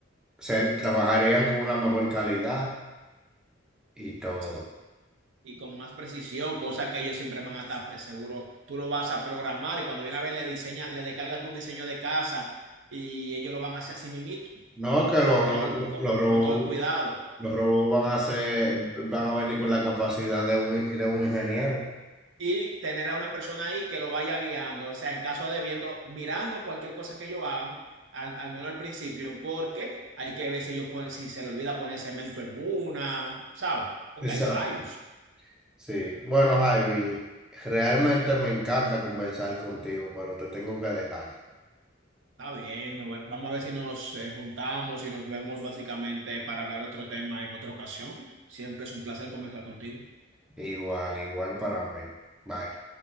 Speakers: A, in the centre; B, on the right.
A: Ser- trabajarían con una mejor calidad y todo.
B: Sí. y con más precisión, cosa que ellos siempre van a estar pues, seguro. Tú lo vas a programar y cuando viene a ver le diseña, le descargas tu diseño de casa y ellos lo van a hacer así mimito,
A: No, que los,
B: con
A: ro-
B: todo el, con,
A: los robots,
B: con todo el cuidado.
A: los robots van a ser, van a venir con la capacidad de un, de un ingeniero.
B: Y tener a una persona ahí que lo vaya guiando, o sea, en caso de viendo, mirando cualquier cosa que ellos hagan, al, al menos al principio, porque hay que ver si ellos ponen, si se le olvida poner cemento en una, ¿sabes? Porque
A: Exacto.
B: hay fallos.
A: Sí. Bueno, Javi, realmente me encanta conversar contigo, pero te tengo que dejar.
B: Está bien, nos ve- vamos a ver si nos eh, juntamos y nos vemos básicamente para hablar otro tema en otra ocasión. Siempre es un placer conversar contigo.
A: Igual, igual para mí. Bye.